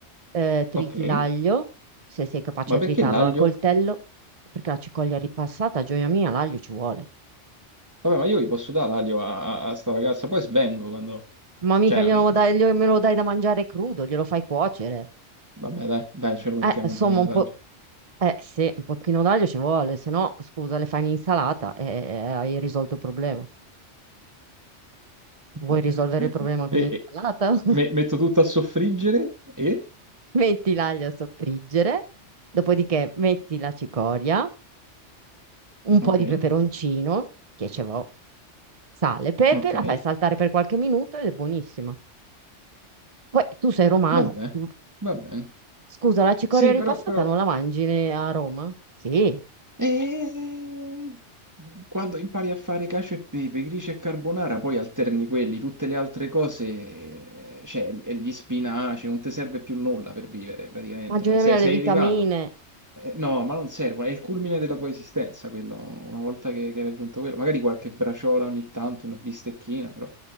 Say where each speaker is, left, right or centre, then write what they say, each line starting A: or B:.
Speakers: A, on the right; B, on the right.
A: eh, triti
B: ok.
A: l'aglio, se sei capace
B: Ma
A: a
B: perché
A: tritarlo
B: l'aglio?
A: al coltello, perché la cicoglia ripassata, gioia mia, l'aglio ci vuole.
B: Vabbè, ma io gli posso dare l'aglio a, a, a sta ragazza, poi svengo quando...
A: Ma mica
B: Cioè, no,
A: glielo dai- glielo- me lo dai da mangiare crudo, glielo fai cuocere.
B: vabbè, dai, dai, ce lo mettiamo
A: Eh, insomma,
B: un pochino
A: un
B: d'aglio.
A: po', eh, sì, un pochino d'aglio ci vuole, se no, scusa, le fai in insalata e e hai risolto il problema.
B: <laughs>
A: Vuoi risolvere il problema con
B: E,
A: l'insalata?
B: e-
A: <laughs>
B: me- metto tutto a soffriggere e...
A: Metti l'aglio a soffriggere, dopodiché metti la cicoria, un po'
B: Ok,
A: di peperoncino, che ce l'ho, sale, pepe,
B: ok,
A: la fai saltare per qualche minuto ed è buonissima. Poi tu sei romano.
B: vabbè,
A: tu-
B: va bene.
A: Scusa, la cicoria
B: Sì,
A: ripassata
B: però, però...
A: non la mangi ne- a Roma? Sì,
B: eh, Quando impari a fare cacio e pepe, gricia e carbonara, poi alterni quelli, tutte le altre cose, eh, cioè e gli spinaci, non ti serve più nulla per vivere praticamente.
A: mangiami
B: eh. Sei, sei
A: le vitamine.
B: arrivato. Eh, No, ma non servono, è il culmine della tua esistenza quello, una volta che, che hai raggiunto quello, magari qualche braciola ogni tanto, una bistecchina, però